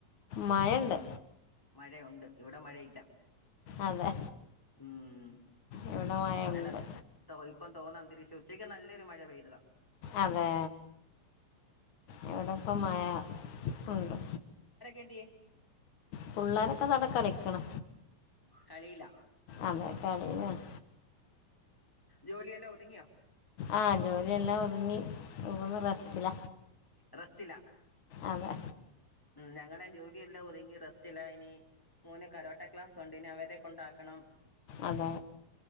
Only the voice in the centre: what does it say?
മഴയുണ്ട് ഇവിടെ മഴയില്ല
ഉം
നല്ല
ഇപ്പം തോന്നാ അന്തരീക്ഷം ഉച്ചക്ക് നല്ലൊരു മഴ പെയ്താ
എന്ത്യേ?
കളിയില
ജോലിയെല്ലാം ഒതുങ്ങിയാ?
ഉം റെസ്റ്റില
ഞങ്ങടെ ജോലിയെല്ലാം ഒതുങ്ങി റെസ്റ്റിലായിനി മോനെ കരോട്ട ക്ലാസ് ഉണ്ടിനി അവരെ കൊണ്ടാക്കണം